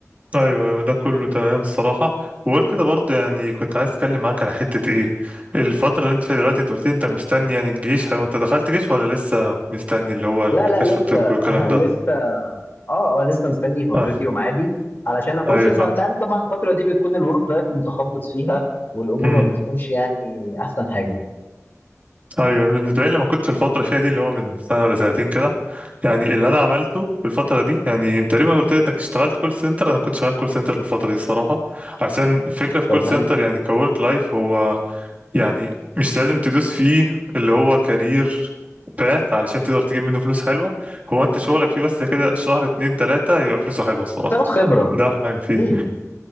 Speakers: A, on the right; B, on the left.
A: ايوه أيوة، ده كله تمام الصراحه وغير كده برضه يعني كنت عايز اتكلم معاك على حته ايه الفتره اللي انت فيها دلوقتي انت قلت لي انت مستني يعني الجيش هو انت دخلت جيش ولا لسه مستني اللي هو الكشف
B: لا لا لسه
A: الطبي والكلام
B: <laughs>
A: ده
B: لسه اه اه لسه مستني فترتي
A: آه.
B: وميعادي علشان اخش
A: ايوه
B: فانت
A: فاهم
B: عارف طبعا الفتره دي بتكون الورك لايف متخبط فيها والامور
A: امم
B: ما بتكونش يعني احسن حاجه
A: ايوه انا بالنسبه لي لما كنت في الفتره اللي فيها دي اللي هو من سنه ولا سنتين كده يعني اللي انا عملته في الفتره دي يعني انت تقريبا قلت لي انك اشتغلت كول سنتر انا كنت شغال كول سنتر في الفتره دي الصراحه عشان الفكره في كول
B: طب
A: سنتر
B: هل
A: يعني كورك لايف هو يعني مش لازم تدوس فيه اللي هو كارير باث علشان تقدر تجيب منه فلوس حلوة هو انت شغلك فيه بس كده شهر اتنين تلاتة يبقى فلوسه حلوة الصراحة
B: بتاخد خبره
A: ده أحلى حاجة فيه
B: امم